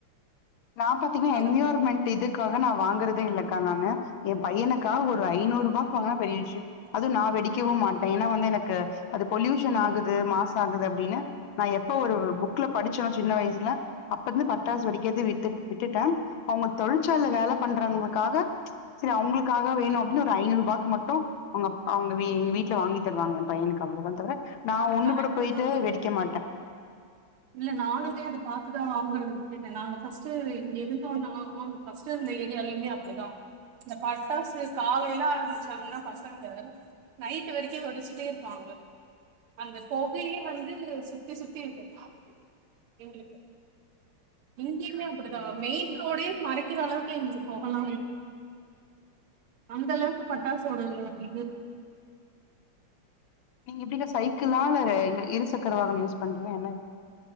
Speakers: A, on the left; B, on the right.
A: நா பாத்தீங்கன்னா
B: அவளுக்கு
A: என்வியோர்மெண்ட் இதுக்காக நா வாங்குறதே இல்ல க்கா நானு எ பையனு கா ஒரு ஐநூறுப்பாக்கு வாங்குனா பெரிய விஷ்யோ அதுவு நா வெடிக்கவு மாட்டே ஏனா வந்து எனக்கு அது பொல்யூஷன் ஆகுது மாஸ் ஆகுது அப்டின்னு நா எப்ப ஒரு புக்ல படுச்சோ சின்ன வயசுல அப்பந்து பட்டாசு வெடிக்கிறதே விட் ட் விட்டுட்டே அவங்க தொழிற்சா வேல பண்றவங்களுக்காக செரி அவங்களுக்காக வேணு அப்டின்னு ஒரு ஐநூறு ரூபாக்கு மட்டு அவங் அவங்க எங்க வீட்டுல வாங்கி தருவாங்க என பையனுக்கு அவ்ளோதா தவர நா
B: இல்ல
A: ஒண்ணு
B: கரெக்ட்
A: கூட போயிட்டு
B: தா
A: வெடிக்க மாட்ட
B: இல்ல நானுமே அது பாத்துதா வாங்கரத விட்டுட்டே நாங்க ஃபஸ்ட் இங்க இருந்தோன்னா ஃபஸ்ட் இருந்த ஏரியாலயுமே அப்டிதா இந்த பட்டாசு காலைல ஆரமெச்சாங்கன்னா பசங்க நைட்டு வரைக்கு ஒடிச்சுட்டே இருப்பாங்க அந்த புகையே வந்து சுத்தி சுத்தி இருக்கு <unintelligible> எங்களுக்கு இங்குயுமே அப்டிதா மெயின் ரோடே மறைக்கிற அளவுக்கு எங்களுக்கு போகலா அந்த அளவுக்கு பட்டாசோட இது இருக்கு
A: நீங்க எப்படிக்கா சைக்கிளா இல்ல இருசக்கர வாகனோ யூஸ் பண்றீங்க என்ன இருக்